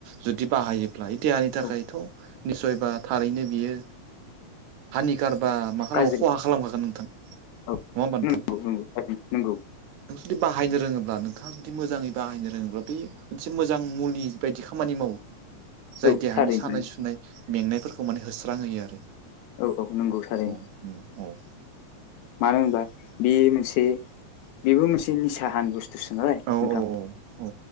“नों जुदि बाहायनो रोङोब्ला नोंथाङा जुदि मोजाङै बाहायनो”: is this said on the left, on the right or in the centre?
Right